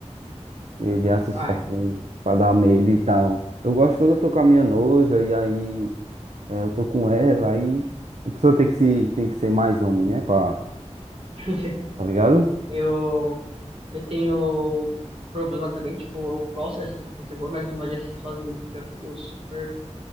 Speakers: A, on the right; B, on the right.
A: de de assistir
B: Ah,
A: assim, pra dar medo e tal. Eu gosto quando eu tô com a minha noiva e aí é, eu tô com ela, aí a pessoa tem que se, tem que ser mais homem, né? Pra,
B: <laughs>
A: tá ligado?
B: eu, eu tenho problema também, tipo, eu gosto de assistir terror, mas não gosto de assistir sozinho, porque eu fico super